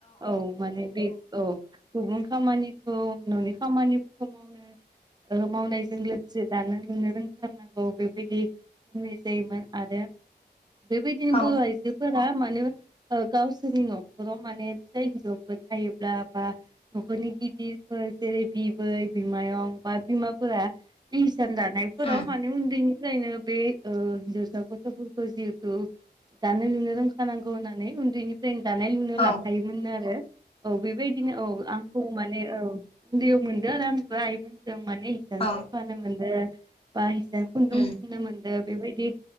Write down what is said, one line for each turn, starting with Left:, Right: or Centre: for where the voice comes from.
Right: औ माने बे औ। गुबुन खामानिखौ न'नि खामानिफोरखौ मावनो मावनाय। जों लोगोसे दानो लुनो रोंथारनांगौ बेबायदि बुंनाय जायोमोन आरो। बेबायदिनो
Left: औ
Right: बर'आइजो फोरा माने गावसोरनि न'खराव माने फिसा हिनजावफोर थायोब्ला बा न'खरनि गिदिरफोर जेरै बिबै बिमायं बा बिमाफोरा जि हिसान दानायफोराव
Left: उम
Right: माने उन्दैनि जायनो बे हिनजावसा गथ'फोरखौ जिहेथु ओ दानो लुनो रोंखानांगौ होननानै उन्दैनिफ्राय दानाय लुनायाव
Left: औ
Right: लाफायोमोन आरो औ बेबादिनो औ आंखौ माने औ उन्दैयाव मोनदों आरो आंबो आइमोनजों माने हिसान
Left: औ
Right: सोंफानो मोनदों बा ओ खुन्दुं
Left: उम
Right: थुननो मोनदों बेबायदि